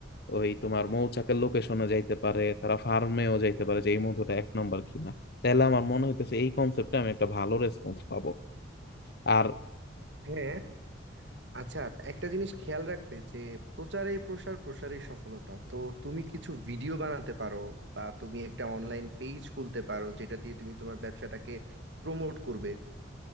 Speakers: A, on the left; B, on the right.
A: ওই তোমার মৌচাকের লোকেশনে যাইতে পারে তারা ফার্মেও যাইতে পারে যে এই মধুটা এক নম্বর কিনা তাহলে আমার মনে হইতেছে এই কনসেপ্টে আমি একটা ভালো রেসপন্স পাবো আর
B: হ্যাঁ আচ্ছা একটা জিনিস খেয়াল রাখবে যে প্রচারেই প্রসার প্রসারেই সফলতা তো তুমি কিছু ভিডিও বানাতে পারো বা তুমি একটা অনলাইন পেজ খুলতে পারো যেটা দিয়ে তুমি তোমার ব্যবসাটাকে প্রমোট করবে